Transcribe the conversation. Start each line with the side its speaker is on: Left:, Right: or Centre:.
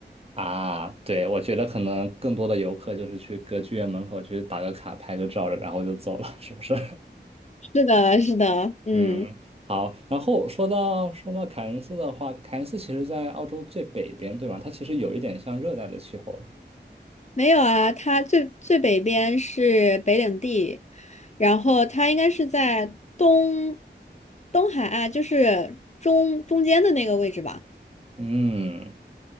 Right: 大啊。对，我觉得可能更多的游客就是去歌剧院门口去打个卡、拍个照，然后就走了，是不是？
Left: 是的，是的，
Right: <laughs>
Left: 嗯，
Right: 嗯，好。然后说到说到凯恩斯的话，凯恩斯其实在澳洲最北边，对吧？它其实有一点像热带的气候了。
Left: 没有啊，它最最北边是北领地，然后它应该是在东东海岸，就是中中间的那个位置吧。
Right: 嗯。